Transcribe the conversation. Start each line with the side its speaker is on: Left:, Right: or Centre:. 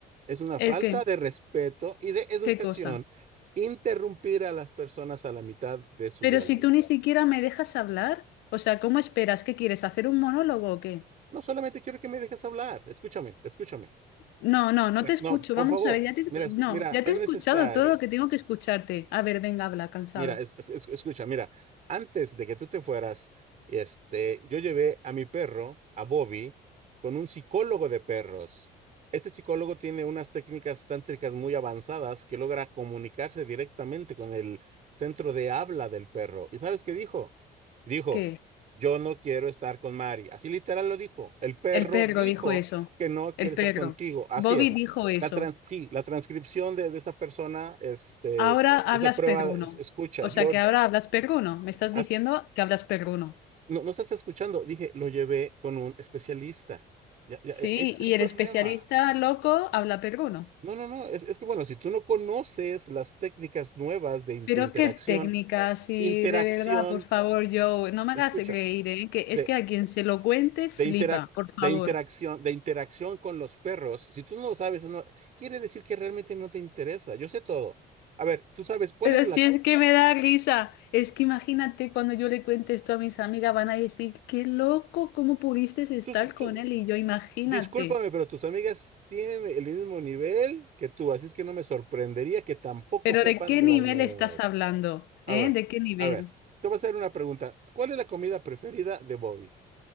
Right: Es una
Left: ¿El
Right: falta
Left: qué?
Right: de respeto y de educación
Left: ¿Qué cosa?
Right: interrumpir a las personas a la mitad de su
Left: Pero
Right: diálogo.
Left: si tú ni siquiera me dejas hablar, o sea, ¿cómo esperas? ¿Qué quieres? ¿Hacer un monólogo o qué?
Right: No solamente quiero que me dejes hablar, escúchame, escúchame.
Left: No, no, no
Right: Eh,
Left: te escucho.
Right: No, por
Left: Vamos
Right: favor,
Left: a ver, ya te escu-
Right: mira, es-
Left: no,
Right: mira,
Left: ya
Right: es
Left: te he
Right: necesario.
Left: escuchado todo lo que tengo que escucharte. A ver, venga, habla, cansado.
Right: Mira, es- es- es- escucha, mira, antes de que tú te fueras, este, yo llevé a mi perro, a Bobby, con un psicólogo de perros. Este psicólogo tiene unas técnicas tántricas muy avanzadas que logra comunicarse directamente con el centro de habla del perro. ¿Y sabes qué dijo? Dijo,
Left: ¿Qué?
Right: yo no quiero estar con Mari. Así literal lo dijo. El perro
Left: El perro
Right: dijo
Left: dijo eso.
Right: que no quiere
Left: El perro.
Right: estar contigo. Así
Left: Bobby
Right: es.
Left: dijo eso.
Right: La trans, sí, la transcripción de, de esa persona, este
Left: Ahora hablas
Right: esa prueba,
Left: perruno.
Right: es- escucha,
Left: O
Right: yo,
Left: sea, que ahora hablas perruno. Me estás
Right: has-
Left: diciendo que hablas perruno.
Right: no, no estás escuchando, dije, lo llevé con un especialista. Ya, ya,
Left: Sí,
Right: e- ese
Left: y
Right: es el problema.
Left: el especialista loco habla perruno.
Right: No, no, no, es, es que bueno, si tú no conoces las técnicas nuevas de, in-
Left: Pero
Right: de interacción,
Left: qué técnica, sí,
Right: interacción,
Left: de verdad, por favor, Joe, no me
Right: escucha,
Left: hagas reír, ¿eh? Que
Right: de,
Left: es que a quien se lo cuentes
Right: de,
Left: flipa,
Right: interac-
Left: por favor.
Right: de interacción, de interacción con los perros, si tú no lo sabes, no, quiere decir que realmente no te interesa. Yo sé todo. A ver, tú sabes, ¿cuál
Left: Pero
Right: es la...
Left: si es que me da risa, es que imagínate cuando yo le cuente esto a mis amigas, van a decir, qué loco, ¿cómo pudiste estar
Right: Tú, tú-
Left: con él? Y yo, imagínate,
Right: Discúlpame, pero tus amigas tienen el mismo nivel que tú, así es que no me sorprendería que tampoco
Left: pero
Right: sepan
Left: ¿de qué
Right: de
Left: nivel
Right: las nuevas.
Left: estás hablando?
Right: A
Left: ¿Eh?
Right: ver,
Left: ¿De qué nivel?
Right: a ver, te voy a hacer una pregunta. ¿Cuál es la comida preferida de Bobby?